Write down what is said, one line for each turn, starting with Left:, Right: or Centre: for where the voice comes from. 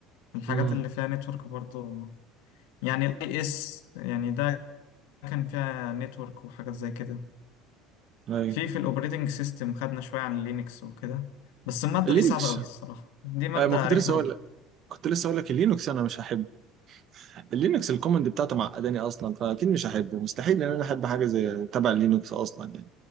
Left: الحاجات
Right: امم
Left: اللي فيها نتورك برضه يعني الاي اس يعني ده كان فيها نتورك وحاجات زي كده
Right: أيوه
Left: في في الاوبريتنج سيستم خدنا شويه عن لينكس وكده بس الماده
Right: اللينكس
Left: دي صعبه قوي الصراحه دي ماده
Right: أيوة ما كنت
Left: رخمه
Right: لسه
Left: قوي
Right: أقول لك كنت لسه أقول لك اللينكس أنا مش هحبه اللينكس الكومنت بتاعته معقداني اصلا فاكيد مش هحبه مستحيل ان انا احب حاجه زي تبع اللينكس اصلا يعني